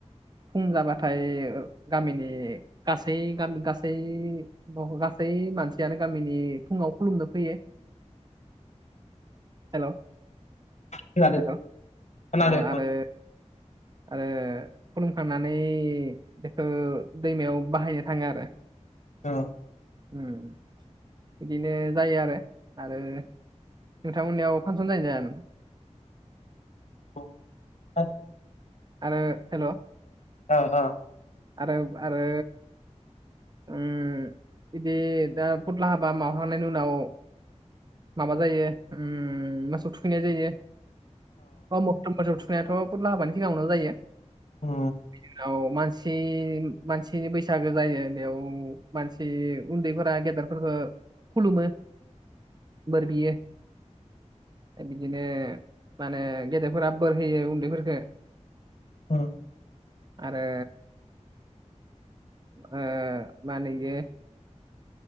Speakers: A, on the right (about 35°); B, on the left (about 70°).
A: फुं जाबाथाय गामिनि गासै गामि गासै। ओ गासै मानसियानो गामिनि फुङाव खुलुमनो फैयो। हेलौ
B: खोनादों
A: हलौ
B: खोनादों
A: अ
B: खोनादों
A: आरो। आरो। खुलुमखांनानै बेखौ दैमायाव बाहायनो थांङो आरो।
B: औ।
A: उम। बिदिनो जायो आरो। आरो नोंथां मोननियाव फांसन जायो जाया नोंथां?
B: <unintelligible>
A: आरो हेलौ।
B: ओ अ।
A: आरोब आरो। उ बिदि दा फुथ्ला हाबा मावहांनायनि उनाव। माबा जायो उम मोसौ थुखैनाय जायो। अ मक्टमबसोर थुनायाथ' फुथ्ला हाबानि सिगाङावनो जायो।
B: उम
A: बिदिनि उनाव मानसि। मानसिनि बैसागो जायो बेयाव मानसि उन्दैफोरा गेदेरफोरखो खुलुमो बोरबियो। बिदिनो माने गेदेरफोरा बोर होयो उन्दैफोरफोरखो।
B: उम।
A: आरो। ओ माहोनयो।